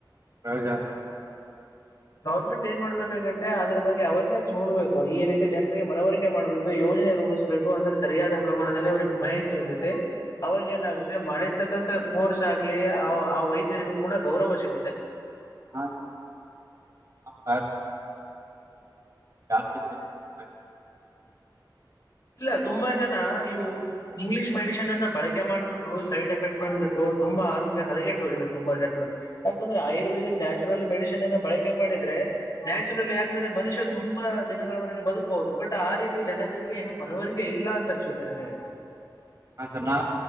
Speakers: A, on the right; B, on the left.
A: ಪ್ರಯೋಜನ
B: ಗೌರ್ಮೆಂಟ್ ಏನ್ ಮಾಡ್ಬೇಕಾಗತ್ತೆ ಅದ್ರ ಬಗ್ಗೆ ಅವೇರ್ನೆಸ್ ಮೂಡ್ಬೇಕು ಈ ರೀತಿ ಜನರಿಗೆ ಮನವರಿಕೆ ಮಾಡ್ಬೇಕು ಯೋಜನೆ ರೂಪಿಸ್ಬೇಕು ಅಂದ್ರೆ ಸರಿಯಾದ ಪ್ರಮಾಣದಲ್ಲಿ ಅವ್ರಿಗೆ ಮಾಹಿತಿ ಹೋಗುತ್ತೆ ಅವಾಗ ಏನಾಗುತ್ತೆ ಮಾಡಿರ್ತಕ್ಕಂತಥ ಕೋರ್ಸ್ ಆಗ್ಲಿ ಆ ಆ ವೈದ್ಯರಿಗೂ ಕೂಡ ಗೌರವ ಸಿಗುತ್ತೆ
A: ಹಾ ಯ ಕ
B: ಇಲ್ಲ ತುಂಬಾ ಜನ ಇವು ಇಂಗ್ಲಿೀಷ್ ಮೆಡಿಸನ್ ಅನ್ನ ಬಳಕೆ ಮಾಡ್ಬಿಟ್ಟು ಸೈಡ್ ಎಫೆಕ್ಟ್ ಬಂದ್ಬಿಟ್ಟು ತುಂಬಾ ಆರೋಗ್ಯ ಹದಗೆಟ್ಟು ಹೋಗಿದೆ ತುಂಬಾ ಜನರು ಯಾಕಂದ್ರೆ ಆಯುರ್ವೇದಿಕ್ ನ್ಯಾಚುರಲ್ ಮೆಡಿಸಿನ್ ಅನ್ನ ಬಳಕೆ ಮಾಡಿದ್ರೆ ನ್ಯಾಚುರಲ್ ಯಾಕಂದ್ರೆ ಮನುಷ್ಯ ತುಂಬಾ ದಿನಗಳವರೆಗೆ ಬದುಕ್ಬಹುದು ಬಟ್ ಆ ರೀತಿ ಜನರಿಗೆ ಏನು ಮನವರಿಕೆ ಇಲ್ಲ ಅಂತ ಅನ್ಸುತ್ತೆ ನನಗೆ
A: ಹ ಸರ್ ನಾ